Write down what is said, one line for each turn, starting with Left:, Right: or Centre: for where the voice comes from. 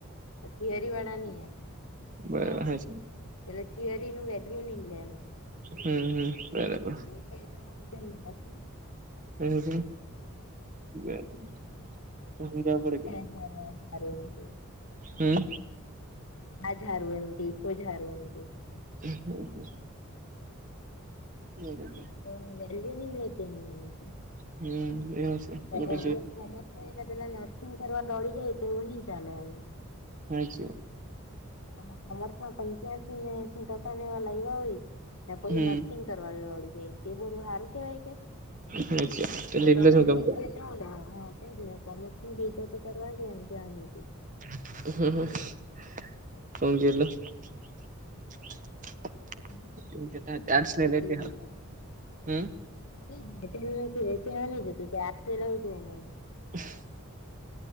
Left: આ થિયરી વાળા નહીં એમ,
Right: બરાબર
Left: હા.
Right: હાચી
Left: એટલે થિયરી નું વેલ્યુ નહીં લે એમ.
Right: હમ્મ-હમ્મ, બરાબર.
Left: <unintelligible>
Right: <unintelligible>
Left: <unintelligible>
Right: હમ્મ.
Left: <unintelligible>
Right: હમ્મ-હમ્મ. <inaudible>
Left: તો વેલ્યુ <unintelligible> <unintelligible>
Right: હમ એવું છે બધું
Left: અમુક
Right: જોઈને
Left: કોમર્સ ને પેલા <unintelligible> સિગ કરવા દોડી જાય તો એવું નહીં ચાલે હવે.
Right: હાચે.
Left: અને કોમર્સ માં પંચ્યાસી ને એસી ટકા ને એવા લઈ આવી ને પછી
Right: હમ
Left: નર્સિંગ <unintelligible> જાય તે બધું સારું કહેવાય કે?
Right: હાચી
Left: તો
Right: લીધલો
Left: તમે
Right: શું
Left: <unintelligible> <unintelligible>
Right: કામ
Left: હા હતી ને જ, કોમર્સ ની <unintelligible> કરવા ગયા ને ત્યાં જ હતી.
Right: <unintelligible>
Left: <unintelligible>
Right: આર્ટસ ને લેતી હારુ હમ
Left: <unintelligible>
Right: <inaudible>